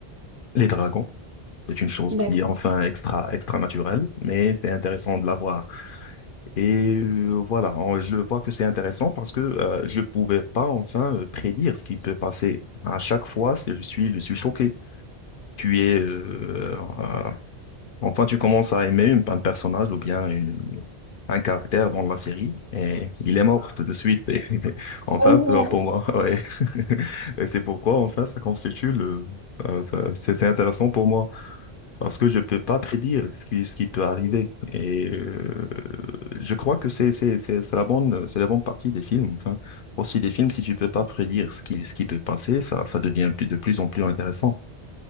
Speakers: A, on the left; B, on the right.
A: les dragons. C'est une chose
B: D'accord.
A: qui est enfin extra, extra naturelle, mais c'est intéressant de la voir. Et euh, voilà, on- je vois que c'est intéressant parce que euh, je pouvais pas enfin euh, prédire ce qui peut passer. À chaque fois, c'est- je suis, je suis choqué. Tu es, euh, euh, enfin, tu commences à aimer une- un personnage ou bien une- un caractère dans la série et il est mort tout de suite. <laughs> Et enfin,
B: Oh
A: pour pour
B: non.
A: moi, ouais. <laughs> Et c'est pourquoi, enfin, ça constitue le, ça- ça- c'est c'est intéressant pour moi parce que je peux pas prédire ce qui, ce qui peut arriver. Et euh, je crois que c'est c'est- c'est- c'est la bonne, c'est la bonne partie des films. Enfin, aussi des films, si tu peux pas prédire ce qui, ce qui peut passer, ça, ça devient plus- de plus en plus intéressant.